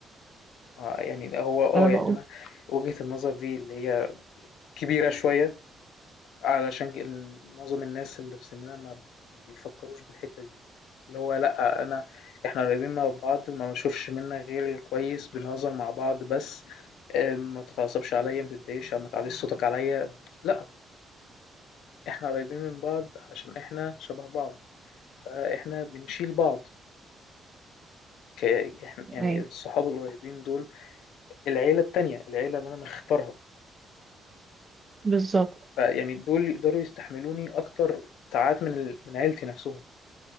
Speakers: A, on the left; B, on the right.
A: آه يعني هو آه
B: انا بقول
A: يعني أنا وجهة النظر دي اللي هي كبيرة شوية علشان ك- ال- معظم الناس اللي في سننا ما ما بيفكروش بالحتة دي اللي هو لأ أنا إحنا قريبين من بعض ما بنشوفش منك غير الكويس بنهزر مع بعض بس آه، ما تتعصبش عليا ما تتضايقش ما تعليش صوتك عليا لأ إحنا قريبين من بعض عشان إحنا شبه بعض فإحنا بنشيل بعض ك- إحنا- يعني
B: اي
A: الصحاب القريبين دول العيلة التانية العيلة اللي أنا مختارها
B: بالظبط
A: فيعني دول يقدروا يستحملوني أكتر ساعات من ال- من عيلتي نفسهم